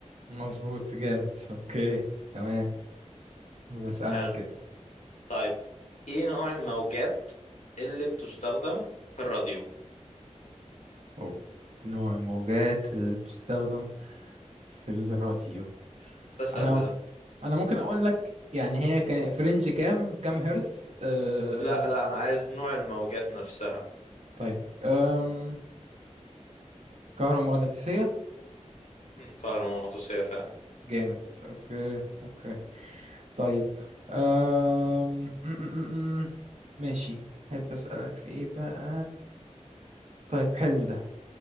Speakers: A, on the right; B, on the left.
A: مظبوط جامد اوكي تمام هو اسألني
B: حلو
A: كده
B: طيب ايه نوع الموجات اللي بتستخدم في الراديو
A: أو- نوع الموجات اللي بتستخدم في الراديو
B: ده سهل
A: أنا
B: ده
A: أنا ممكن أقول لك يعني هي كان في رينج كام كام هرتز أه...
B: لا لا انا عايز نوع الموجات نفسها
A: طيب أم... كهرومغناطيسية
B: م، كهرومغناطيسية فعلا
A: جامد أوكي أوكي طيب أم... م- م- م- م. ماشي أحب أسألك في إيه بقى طيب حلو ده